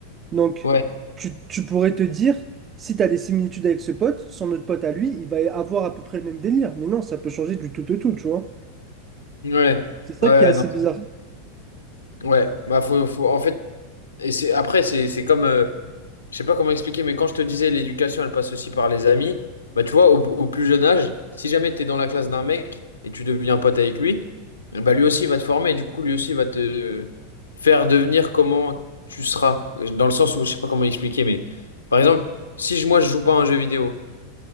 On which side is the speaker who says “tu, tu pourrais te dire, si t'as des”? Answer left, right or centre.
Right